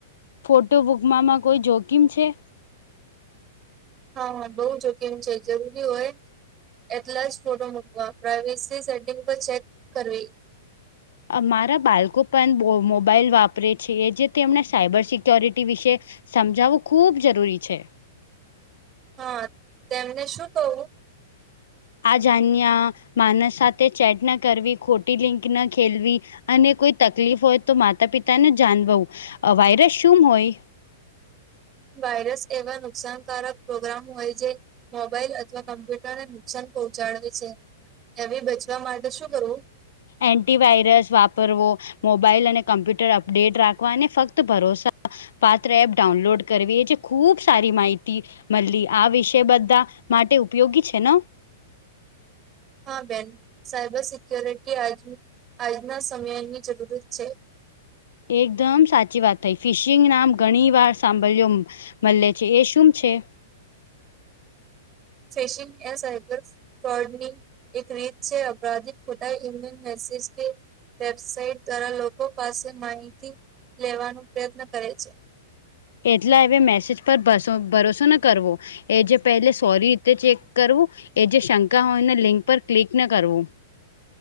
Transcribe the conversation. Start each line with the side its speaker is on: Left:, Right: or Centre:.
Left: ફોટો બુકમાંમાં કોઈ જોખીમ છે.
Right: હા હા બહુ જોખીમ છે જરૂરી હોય. એટલા જ ફોટો મૂકવા પ્રઇવેસી સેટિંગ પર ચેક કરવી.
Left: મારા બાળકો પણ મોબાઈલ વાપરે છે જે તેમણે સાયબર સિક્યોરિટી વિશે. સમજાવવું ખૂબ જરૂરી છે.
Right: હા તેમને શું કવું.
Left: આજણ્યા માનસ સાથે ચેટ ન કરવી ખોટી લિંક ન ખેલવી. અને કોઈ તકલીફ હોય તો માતા પિતાને જાણવવું વાયરસ શું હોય.
Right: વાયરસ એવા નુકસાનકારક પ્રોગ્રામ હોય જે. મોબાઈલ અથવા કમ્પ્યુટર ને નુકસાન પહોંચાડવે છે. એ બચવા માટે શું કરવું.
Left: એન્ટટી વાયરસ વાપરવો. મોબાઈલ અને કમ્પ્યુટર અપડેટ રાખવાને ફક્ત ભરોસાો. પાત્ર એપ ડાઉનલોડ કરવી એ જે ખૂબ સારી માહિતી. મલ્લી આ વિષય બધા માટે ઉપયોગી છે ને
Right: હા બેન સાયબર સિક્યોરિટી આજ આજના સમયની જરૂરત છે.
Left: એકદમ સાચી વાત થઈ ફિશિંગ નામ ઘણી વાર સાંભળ્યો. મળલે છે એ શું છે.
Right: ફિશિંગ એસહેબ. ફ્રોડની એક રીત છે અપરાધી ખોટા ઈમેલ મેસેજ કે વેબસાઇટ દ્વારા લોકો પાસે માહિતી લેવાનો પ્રયત્ન કરે છે.
Left: એટલા હવે મેસેજ પર ભરોસો ના કરવો એ જે પહેલે સોરી રીતે ચેક કરવું એ જે શંકા હોય એને લિંક પર ક્લિક ન કરવું.